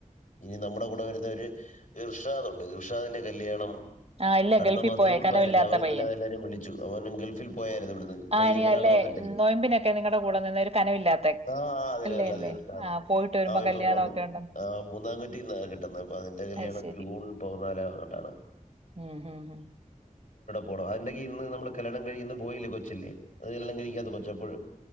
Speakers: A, on the left; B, on the right.
A: ഇനി നമ്മുടെ കൂടെ വരുന്നവര് ഗർഷാദ് ഉണ്ട് ഗർഷാദിൻ്റെ കല്യാണം
B: ആ ഇല്ല
A: അടുത്ത
B: ഗൾഫിൽ
A: മാസം
B: പോയ
A: ജൂൺ
B: കനവില്ലാത്ത
A: പതിനഞ്ച് അവർ ഇന്നല്ല
B: പയ്യൻ.
A: എല്ലാവരും വിളിച്ചു അവൻും ഗൾഫിൽ പോയായിരുന്നു ഇവിടുന്ന് ട്രെയിനിൽ
B: ആ ഇനി
A: കുറ
B: അല്ലേ
A: ആൾ വന്നിട്ടേ
B: നൊയമ്പിനൊക്കെ നിങ്ങളുടെ കൂടെ നിന്ന ഒരു കനവില്ലാത്ത
A: ആ ആ അതിനല്ല
B: അല്ലേ അല്ലേ?
A: തീർച്ചാണ്
B: ആ പോയിട്ട് വരുമ്പോ
A: അവ
B: കല്യാണമൊക്കെ
A: ഇപ്പം വന്നു
B: ഉണ്ടെന്ന്.
A: ആ മൂന്നാംകട്ടിന്ന കിട്ടുന്നത് അപ്പ അതിന്റെ കല്യാണം
B: അത് ശരി.
A: ജൂൺ പതിനാാല കൊണ്ടാണ്
B: ഉം ഹം ഹ
A: വിടെ അതിന്ന് നമ്മല്ണം കഴ പോയില്ലേ കൊച്ചല്ലേ അണം കഴത്ത കൊ